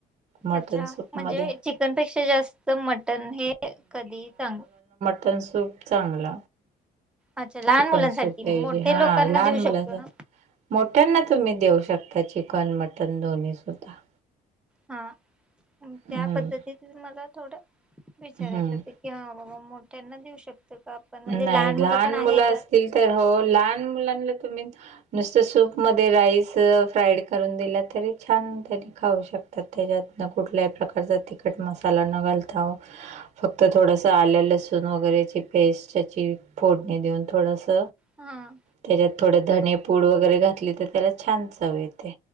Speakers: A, on the right; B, in the centre.
A: मटण
B: अच्छा
A: सूपमध्ये.
B: म्हणजे चिकनपेक्षा जास्त मटण हे कधीही चांग.
A: टण सूप चांगल.
B: अच्छा लहान
A: चिकन
B: मुलांसाठी
A: सूप पाहिजे
B: मोठे
A: हा
B: लोकांना
A: लहान
B: देऊ
A: मुलाच.
B: शकतो ना
A: मोठ्यांना तुम्ही देऊ शकता चिकन मटन दोन्हीसुद्धा.
B: हा त्या
A: हम्म
B: पद्धतीत मला थोडं विचारायचं
A: हम्म.
B: ते. की हा बाबा मोठ्यांना देऊ शकत का? आपण म्हणजे
A: नाही
B: मुलं
A: लहान
B: पण आहे
A: मुलं असतील तर हो लहान मुलांना तुम्ही. नुसतं सूप मध्ये राईस फ्राईड करून दिला तरी छान तरी. खाऊ शकतात त्याच्यात कुठल्याही प्रकारचा तिखट मसाला न घालता. फक्त थोडस आल्या लसूण वगैरेची पेस्ट त्याची फोडणी देऊन थोडस.
B: हा.
A: त्याच्यात थोड धणे पूड वगैरे घातली तर त्याला छान चव येते